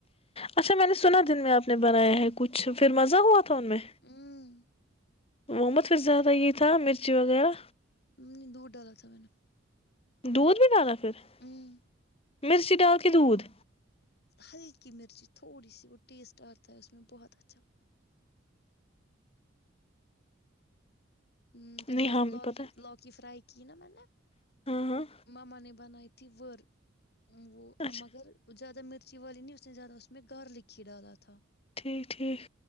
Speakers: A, on the left (about 30°); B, on the left (about 55°).
A: اچھا میں نے سنا دن میں آپ نے بنایا ہے کچھ اچھا پھر مزہ ہوا تھا ان میں
B: ہوں
A: وہ مت پھر زیادہ یہی تھا مرچی وغیرہ
B: نہیں دور ڈالا تھا میں نے
A: دودھ ب ڈانا کر
B: امم،
A: <inaudible> مرچی ڈال کے دودھ
B: ہلکی مرچی تھوڑی سی وہ ٹیسٹ آتا ہے اس میں بہت اچھا ہ
A: نہیں
B: پہلے
A: ہاں
B: لوکی
A: پتا
B: لوکی فرائی کی نا میں نے
A: ہے، ہاں ہاں
B: مم نے بنئیت تور وہ
A: اچھا
B: مگر ج <inaudible> زیادہ مرچ والی نہیں اس نے زیادہ اس میں گارلک ہی ڈالا تھا
A: ٹھیک ٹھیک